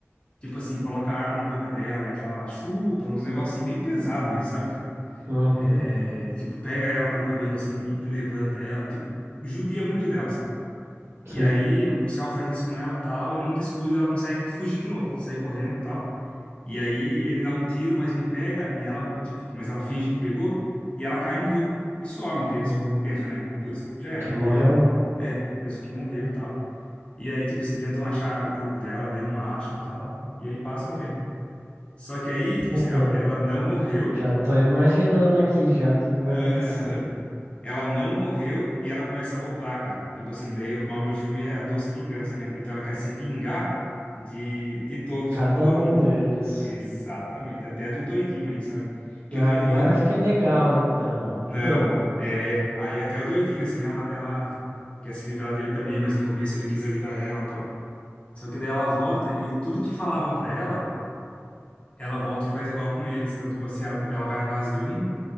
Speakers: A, on the left; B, on the right.
A: Tipo assim, coloca a arma na boca dela e fala, chupa, uns negócios assim bem pesado mesmo, sabe, cara?
B: Uhum.
A: É, tipo, pega ela pelo cabelo assim e, e levanta ela, tipo, judia muito dela, assim. E
B: Sim.
A: aí o policial faz isso com ela tal, e num descuido ela consegue fugir de novo, sair correndo tal. E aí ele dá um tiro, mas não pega, e ela, tipo, mas ela finge que pegou, e ela cai no rio e some. Daí eles
B: Uhum.
A: pensam, né? Putz, já era,
B: Que
A: morreu.
B: morreu?
A: É, pensam que morreu tal. E aí, tipo assim, tentam achar o corpo dela, daí não acham tal. E aí passa um tempo. Só que aí,
B: <laughs>
A: tipo assim, ela, ela não morreu.
B: Já tô imaginando aqui já o que que vai
A: aham,
B: acontecer.
A: Ela não morreu e ela começa a voltar, cara. Tipo assim, daí o nome do filme é A Doce Vingança, né? Então ela quer se vingar de, de todos,
B: Cada
A: um por
B: um
A: um.
B: deles.
A: Exatamente. Até do doidinho aí, sabe? Que
B: Ah,
A: o doidinho.
B: Agora fiquei legal, então.
A: Não,
B: <laughs> Hum.
A: mano. É, aí até o doidinho, assim, ela, ela quer se livrar dele também, mas no começo ele quis ajudar ela e tal. Só que daí ela volta e tudo que falavam pra ela, ela volta e faz igual com eles. Então, tipo assim, ela, ela vai na casa de um.